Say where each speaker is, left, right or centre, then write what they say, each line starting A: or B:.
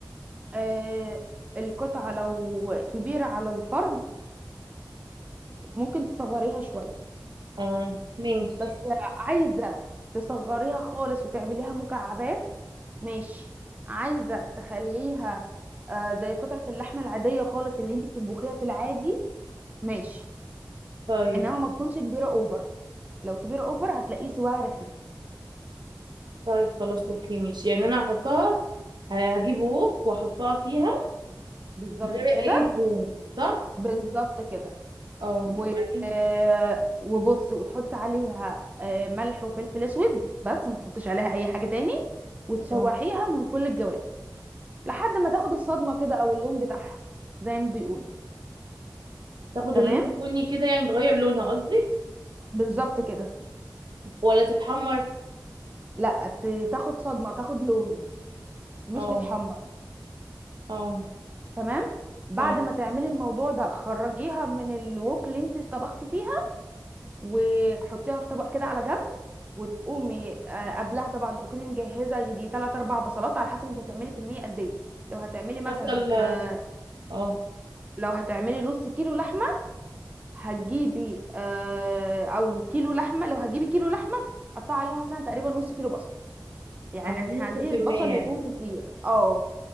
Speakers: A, on the right; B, on the right.
A: آه القطعة لو كبيرة على الفرد ممكن تصغريها شوية
B: اه ماشي
A: بس عايزة تصغريها خالص وتعمليها مكعبات ماشي عايزة تخليها آه زي قطعة اللحم العادية خالص اللي انت بتطبخيها في العادي ماشي
B: طيب
A: انما ما تكونش كبيرة اوفر لو كبيرة اوفر هتلاقيه سواها رخم
B: طيب خلاص اوكي ماشي يعني انا هحطها هجيب ووك واحطها فيها
A: بالظبط
B: من غير
A: كده
B: اي دهون صح
A: بالظبط كده
B: اه
A: و...
B: وبعدين
A: آه وبصي وتحط عليها آه ملح وفلفل اسود بس ما تحطش عليها اي حاجة تاني وتشوحيها
B: اه
A: من كل الجوانب لحد ما تاخد الصدمة كده او اللون بتاعها زي ما بيقولوا
B: تاخد
A: تمام
B: اللون البني كده يعني تغير لونها قصدك
A: بالظبط كده
B: ولا تتحمر
A: لا ت- تاخد صدمة تاخد لون مش
B: اه
A: تتحمر
B: اه
A: تمام بعد
B: تمام
A: ما تعملي الموضوع ده خرجيها من الوك اللي انت طبختي فيها وحطيها في طبق كده على جنب وتقومي آه، قبلها طبعا تكوني مجهزه يجي 3 4 بصلات على حسب انت هتعملي كميه قد ايه لو هتعملي مثلا
B: بصل
A: آه،
B: اه اه
A: لو هتعملي نص كيلو لحمه هتجيبي آه، او كيلو لحمه لو هتجيبي كيلو لحمه قطعي عليها مثلا تقريبا نص كيلو بصل يعني
B: نص
A: احنا عايزين
B: كمية
A: البصل
B: يعني
A: يكون كتير اه